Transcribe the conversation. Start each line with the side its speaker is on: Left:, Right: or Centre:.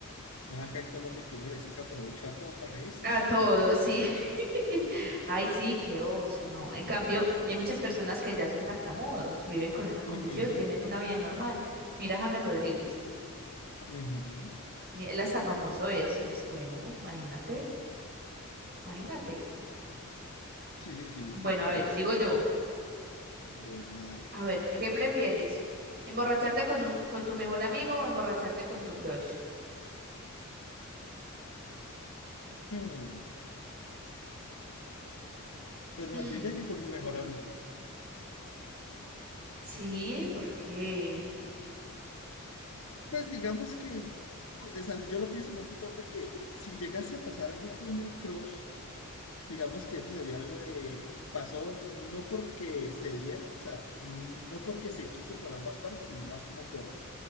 Left: más acá en Colombia que uno le saca provecho a todo para reírse.
Right: A todo, sí. <laughs> Ay, sí, qué oso, no. En cambio, hay muchas personas que ya son tartamudos, viven con esa condición,
Left: Ujú,
Right: tienen una vida normal. Mira a James Rodríguez,
Left: ujú.
Right: mi- él hasta famoso es. Pues bueno, imagínate, imagínate.
Left: Sí, sí, sí,
Right: Bueno,
Left: me parece.
Right: a ver, sigo yo.
Left: Bueno, dale.
Right: A ver, ¿qué prefieres? ¿Emborracharte con, un- con tu mejor amigo o emborracharte con tu crush?
Left: Hmm. Pues no,
Right: Hmm,
Left: yo diría que con
Right: Difícil.
Left: mi mejor amigo.
Right: sí, porque,
Left: Pues digamos que, co- o sea, yo lo pienso más que todo porque si llegase a pasar algo con el crush, digamos que eso sería algo de, pasó no porque se diera, o sea, no porque se quiso por ambas partes, sino más como por,